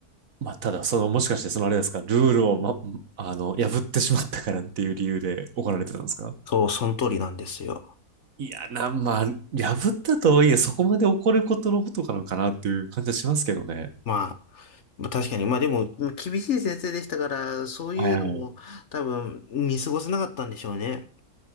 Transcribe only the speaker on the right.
まあ、ただ、その、もしかして、そのあれですか、ルールを、ま、あの、破ってしまったからっていう理由で怒られてたんですか
いや、な、まあ、破ったとはいえ、そこまで怒ることのことかなのかなっていう感じはしますけどね。
はいはい